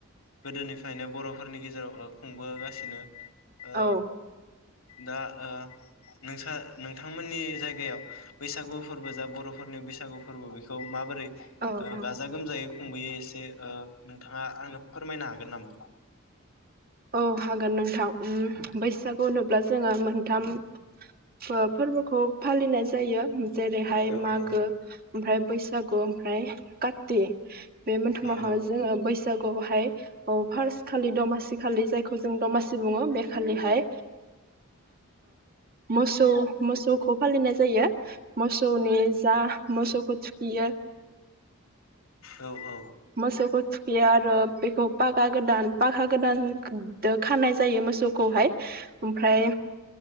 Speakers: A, on the left; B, on the right.
A: गोदोनिफ्रायनो बर'फोरनि गेजेराव ओ खुंबोगासिनो ओ
B: औ
A: दा ओ नोंसोर नोंथांमोननि जायगायाव बैसागु फोरबो जा बर'फोरनि बैसा सागु फोरबो बेखौ माबोरै
B: औ
A: ओ गाजा गोमजायै खुंबोयो एसे ओ नोंथाङा आंनो फोरमायनो हागोन नामा?
B: औ हागोन नोंथां उम बैसागु होनुब्ला जोङो मोनथाम फोरबोखौ फालिनाय जायो। जेरैहाय
A: औ
B: मागो
A: औ
B: ओमफ्राय बैसा सागु ओमफ्राय काति बे मोनथामावहाय
A: नंगौ
B: जोङो बै सागुआव हाय फर्स्ट खालि दमासि खालि जायखौ जों दमासि बुङो बे खालिहाय मोसौ मोसौखौ फालिनाय जायो मोसौनि जा मोसौखौ थुखियो
A: औ औ
B: मोसौखौ थुखियो आरो बेखौ फागा गोदान पागा गोदानो खानाय जायो मोसौखौहाय ओमफ्राय